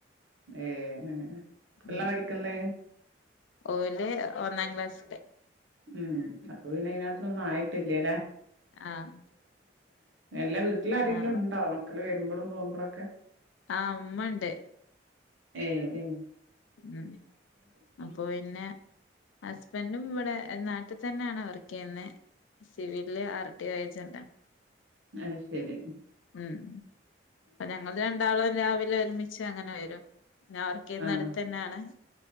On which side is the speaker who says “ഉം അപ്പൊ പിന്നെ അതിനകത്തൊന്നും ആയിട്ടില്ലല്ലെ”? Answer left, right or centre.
Right